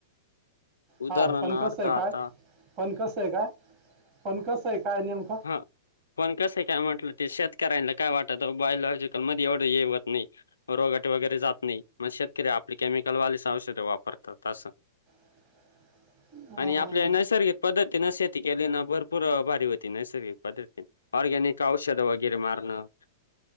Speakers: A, on the left (about 80°); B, on the right (about 40°).
A: उदाहरणार्थ
B: हा पण कसं आहे
A: आता
B: काय पण कसं आहे काय? पण कसं आहे काय नेमकं
A: हा पण कसं आहे काय म्हंटलं ते शेत शेतकऱ्यांना काय वाटत बायलॉजिकल मध्ये एवढं हे होत नाही रोगट वगैरे जात नाही मग शेतकरी आपल केमिकलवालीच औषध वापरतातं असं. -
B: <unintelligible> अं,
A: आणि आपल्या नैसर्गिक पद्धतीनं शेती केली ना भरपूर <inaudible> ऑर्गॅनिक औषध वगैरे मारणं.